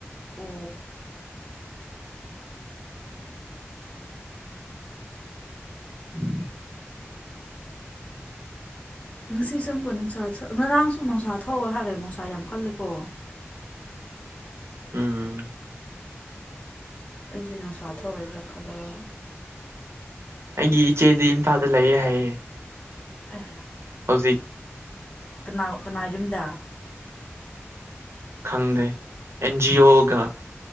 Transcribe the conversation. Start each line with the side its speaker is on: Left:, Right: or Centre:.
Left: ꯑꯣ
Right: <inaudible>
Left: ꯉꯁꯤꯁꯦ ꯁꯨꯝꯒꯨꯝꯕ ꯅꯨꯡꯁꯥ ꯉꯔꯥꯡꯁꯨ ꯅꯨꯡꯁꯥ ꯊꯧꯑꯣ ꯍꯥꯏꯔꯒ ꯅꯨꯡꯁꯥ ꯌꯥꯝ ꯀꯜꯂꯦꯀꯣ
Right: ꯎꯝ
Left: ꯑꯩꯁꯦ ꯅꯨꯡꯁꯥ ꯊꯔꯣꯏꯗ꯭ꯔꯥ ꯈꯜꯂꯒ
Right: ꯑꯩꯒꯤ ꯏꯆꯦꯗꯤ ꯏꯝꯐꯥꯜꯗ ꯂꯩꯌꯦ ꯍꯥꯏꯌꯦ
Left: ꯑꯦ
Right: ꯍꯧꯖꯤꯛ
Left: ꯀꯅꯥ ꯀꯅꯥꯅ ꯌꯨꯝꯗ
Right: ꯈꯪꯗꯦ ꯑꯦꯟꯖꯤ ꯑꯣꯒ